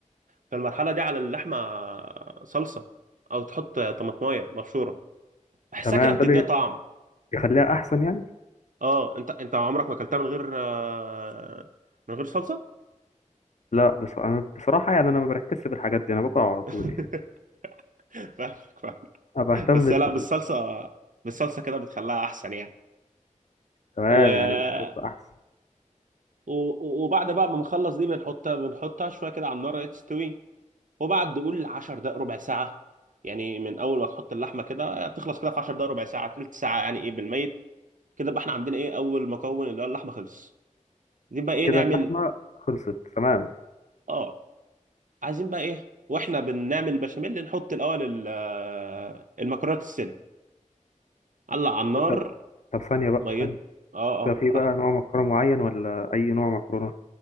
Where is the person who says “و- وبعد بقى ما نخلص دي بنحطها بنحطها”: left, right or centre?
Right